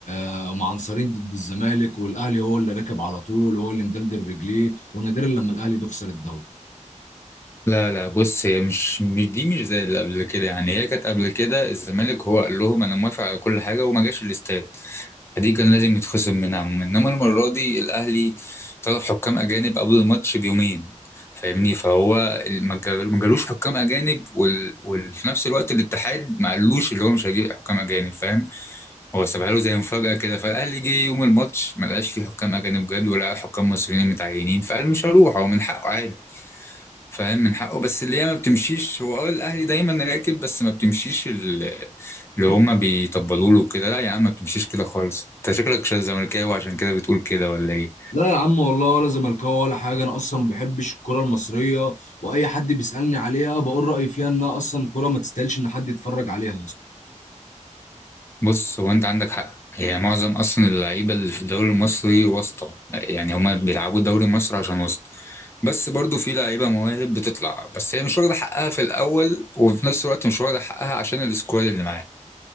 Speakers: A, on the left; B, on the left.
A: هم عنصرين ضد الزمالك والاهلي هو اللي راكب على طول وهو اللي مدلدل رجليه ونادرا لما الاهلي بيخسر الدوري
B: لا لا بص هي مش مش- دي مش زي اللي قبل كده يعني هي كانت قبل كده الزمالك هو قال لهم انا موافق على كل حاجه وما جاش الاستاد دي كان لازم يتخصم منها عموما انما المره دي الاهلي طلب حكام اجانب قبل الماتش بيومين فاهمني فهو ما جا- ما جالوش حكام اجانب وال... وفي نفس الوقت الاتحاد ما قالوش اللي هو مش هيجيب حكام اجانب فاهم هو سابها له زي مفاجاه كده فالاهلي جه يوم الماتش ما لقاش فيه حكام اجانب جاب ولا حكام مصريين متعينين فقال مش هروح هو من حقه عادي فاهم من حقه بس اللي هي ما بتمشيش هو اه الاهلي دايما راكب بس ما بتمشيش ال- اللي هما بيطبلوا له كده لا يا عم ما بتمشيش كده خالص انت شكلك شاذ زملكاوي عشان كده بتقول كده ولا ايه
A: لا يا عم والله ولا زملكاوي ولا حاجه انا اصلا ما بحبش الكره المصريه واي حد بيسالني عليها بقول رايي فيها انها اصلا كره ما تستاهلش ان حد يتفرج عليها
B: بص هو انت عندك حق هي معظم اصلا اللعيبه اللي في الدوري المصري واسطه يعني هما بيلعبوا الدوري المصري عشان واسطه بس برضو في لعيبه مواهب بتطلع بس هي مش واخده حقها في الاول وفي نفس الوقت مش واخده حقها عشان السكواد اللي معاها